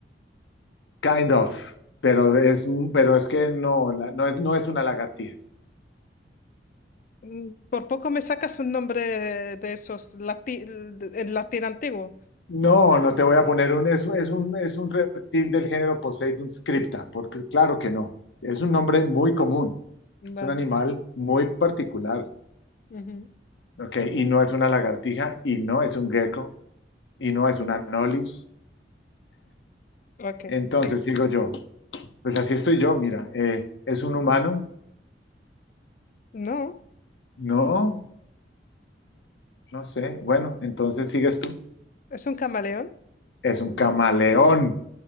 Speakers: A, on the left; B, on the left.
A: Kind of, pero es, pero es que no, la- no es, no es una lagartija.
B: Mm, Por poco me sacas un nombre de esos lati- de- en latín antiguo.
A: No, no te voy a poner un, es, es un, es un reptil del género Poseidon scripta, porque claro que no. Es un nombre muy común,
B: Vale.
A: es un animal muy particular,
B: Ujú.
A: ¿ok? Y no es una lagartija, y no es un gecko, y no es una anolis.
B: Ok.
A: Entonces
B: Eh,
A: sigo yo, pues así estoy yo, mira, eh, ¿es un humano?
B: No,
A: No, no sé. Bueno, entonces sigues tú.
B: es un camaleón.
A: Es un camaleón.